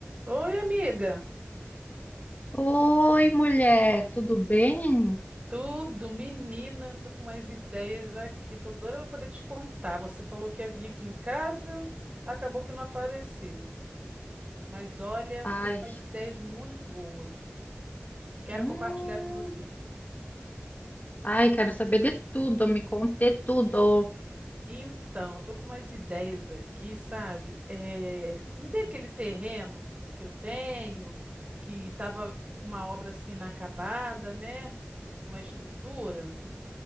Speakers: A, on the right; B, on the left.
A: Oi, amiga.
B: Oi, mulher, tudo bem?
A: Tudo, menina. Tô com umas ideias aqui. Tô doida pra poder te contar. Você falou que ia vir aqui em casa, acabou que não apareceu. Mas olha,
B: Ai,
A: tô com umas ideias muito boas. Quero
B: hum,
A: compartilhar com você.
B: ai, quero saber de tudo, me conte tudo.
A: Então, eu tô com umas ideias aqui, sabe? É, Não tem aquele terreno que eu tenho, que tava com uma obra assim inacabada, né? Com uma estrutura.